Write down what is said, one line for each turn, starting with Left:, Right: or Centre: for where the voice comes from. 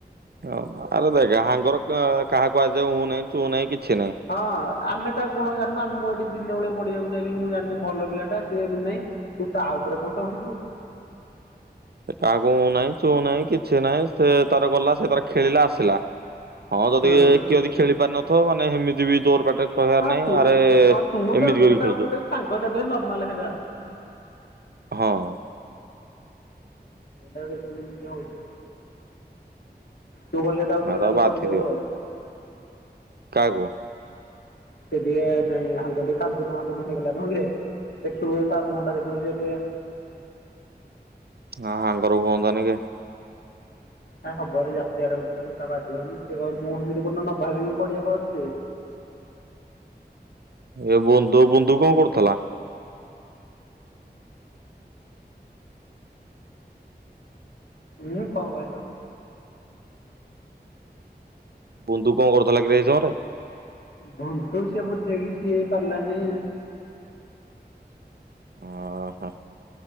Right: ଓ ଆରେ ଦେଖା ହାଙ୍ଗର ତ କାହାକୁ ଆଜିିଯାଏ ଉ ନାହିଁ ଚୁ ନାହିଁ କିଛି ନାହିଁ।
Left: ହଁ ଆମେ ତା ଗୁଣ ଜାନିନୁ ମୁଁ ଏଠି ଦିନେବେଳେଆ ପଢିବାକୁ ଯାଇକି ମୁଁ ଜାଣିଲି ଭଲ ପିଲା ଟା ସିଏ କି ନାହିଁ। ତୁ ତା ଉପରେ କଣ ଚଢୁଛୁ?
Right: ସେ କାହାକୁ ଉ ନାହିଁ ଚୁଉ ନାହିଁ କିଛି ନାହିଁ ସେ ତାର ଗଲା ସେ ତାର ଖେଳିଲା ଆସିଲା। ହଁ ଯଦି
Left: ହୁଁ
Right: କିଏ ଯଦି ଖେଳି ପାରିନଥିବ ମାନେ ସେମିତି ବି ଜୋର ପାଟିରେ କହିବାର
Left: ହଁ
Right: ନାହିଁ
Left: ତୁ
Right: ଆରେ
Left: ହଁ ତୁ ତୁ
Right: ଏମିତି
Left: ତାକୁ
Right: କରିକି
Left: ଚିଡାଉଛୁ
Right: ଖେଳୁଛୁ
Left: ସେଇଟା ସାଙ୍ଗ ସାଥି ରେ ନର୍ମାଲ ହେରା।
Right: ହଁ।
Left: ଟା ଦେଖିବିତି ହଉଛି ତୁ ଗଲେ ତାକୁ
Right: ନା
Left: ଟିକେ କାଲି
Right: ବାଧିଦିଅ
Left: କହିଦବୁ ଆଉ
Right: କାହାକୁ?
Left: ସେ ଟିକେ ନାଇଁ ହଙ୍ଗ ଟିକେ କାନ୍ଦୁଣୁମାଦୁନୁ ହେଇଗଲା ନାଁ ରେ ଦେଖିବୁ ତା ମୁହ ଟା ଦେଖିବୁ ସେ ଟିକେ
Right: ହଁ ହାଙ୍ଗର ହୁଅନ୍ତା ନି କେ
Left: ନା ହେବନି ଜାତି ଆଡ କରଥିଲେ ତା ବାଧିବନି ସେ କହିବ ମୁଁ ସେମିତି କଣ ନ ଭାବିକି ପଡିଆକୁ ଆସୁଛି
Right: ଏ ବୁନ୍ଧୁ ବୁଧୁ କଣ କରୁଥିଲା?
Left: ହୁଁ କଣ କହିଲୁ?
Right: ବୁନ୍ଧୁ କଣ କରୁଥିଲା କିରେ ସେଇ ସମୟରେ?
Left: ବୁଧୁ ସିଏ ବୁଝେଇକି ସିଏ ହେଇ ପାରିଲାନି
Right: ଓହୋ।